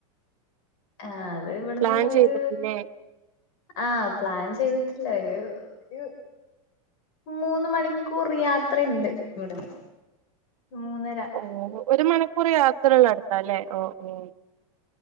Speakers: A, on the left (about 50°); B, on the right (about 80°).
A: ആഹ് അത് ഇവിട്ന്ന്
B: പ്ലാൻ
A: ഒരു.
B: ചെയ്തിട്ടില്ലേ
A: ആഹ് പ്ലാൻ ചെയ്തിട്ടില്ല ഒരു ഒരു. മൂന്ന് മണിക്കൂർ യാത്രയുണ്ട് ഇവിട്ന്ന് മൂന്നര.
B: ഓ ഒരു മണിക്കൂർ യാത്ര ഉള്ള അടുത്താല്ലേ ഓ ഓ